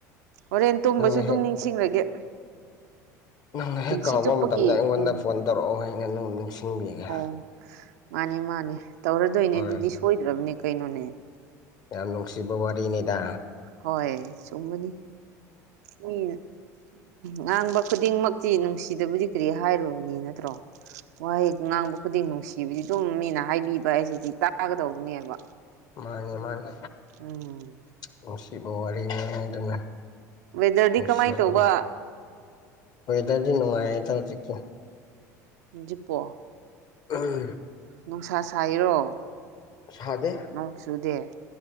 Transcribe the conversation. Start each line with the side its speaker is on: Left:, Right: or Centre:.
Right: ꯍꯣꯔꯦꯟ ꯇꯨꯝꯕꯁꯨ
Left: ꯅꯪꯅ
Right: ꯑꯗꯨꯝ
Left: ꯍꯦꯛ
Right: ꯅꯤꯡꯁꯤꯡꯂꯒꯦ
Left: ꯅꯪ ꯍꯦꯛ
Right: ꯄꯨꯟꯁꯤ
Left: ꯀꯥꯎꯕ
Right: ꯆꯨꯞꯄꯒꯤ
Left: ꯃꯇꯝꯗ ꯑꯩꯉꯣꯟꯗ
Right: ꯎꯝ
Left: ꯐꯣꯟ ꯇꯧꯔꯛꯑꯣ ꯑꯩꯅ ꯅꯪꯕꯨ ꯅꯤꯡꯁꯤꯡꯕꯤꯒꯦ
Right: ꯑꯣ ꯃꯥꯅꯦ ꯃꯥꯅꯦ ꯇꯧꯔꯗꯣꯏꯅꯦ
Left: ꯍꯣꯏ
Right: ꯑꯗꯨꯗꯤ
Left: ꯍꯣꯏ
Right: ꯁꯣꯏꯗ꯭ꯔꯕꯅꯦ ꯀꯩꯅꯣꯅꯦ
Left: ꯌꯥꯝ ꯅꯨꯡꯁꯤꯕ ꯋꯥꯔꯤꯅꯦꯗꯥ
Right: ꯍꯣꯏ ꯆꯨꯝꯕꯅꯤ ꯃꯤ ꯉꯥꯡꯕ ꯈꯨꯗꯤꯡꯃꯛꯇꯤ ꯅꯨꯡꯁꯤꯗꯕꯗꯤ ꯀꯔꯤ ꯍꯥꯏꯔꯨꯅꯤ ꯅꯠꯇ꯭ꯔꯣ ꯋꯥꯍꯩ ꯉꯥꯡꯕ ꯈꯨꯗꯤꯡ ꯅꯨꯡꯁꯤꯕꯗꯤ ꯑꯗꯨꯝ ꯃꯤꯅ ꯍꯥꯏꯕꯤꯕ ꯍꯥꯏꯁꯤꯗꯤ ꯇꯥꯒꯗꯧꯕꯅꯦꯕ
Left: ꯃꯥꯅꯦ ꯃꯥꯅꯦ
Right: ꯎꯝ
Left: ꯅꯨꯡꯁꯤꯕ ꯋꯥꯔꯤꯅꯦ ꯑꯗꯨꯅ
Right: ꯋꯦꯗꯔꯗꯤ
Left: ꯅꯨꯡꯁꯤꯒꯗꯧꯅꯦ
Right: ꯀꯃꯥꯏ ꯇꯧꯕ
Left: ꯋꯦꯗꯔꯗꯤ ꯅꯨꯡꯉꯥꯏꯌꯦꯗ ꯍꯧꯖꯤꯛꯇꯤ
Right: ꯍꯧꯖꯤꯛꯄꯣ
Left: ꯎꯝ
Right: ꯅꯨꯡꯁꯥ ꯁꯥꯏꯔꯣ
Left: ꯁꯥꯗꯦ
Right: ꯅꯣꯡ ꯆꯨꯗꯦ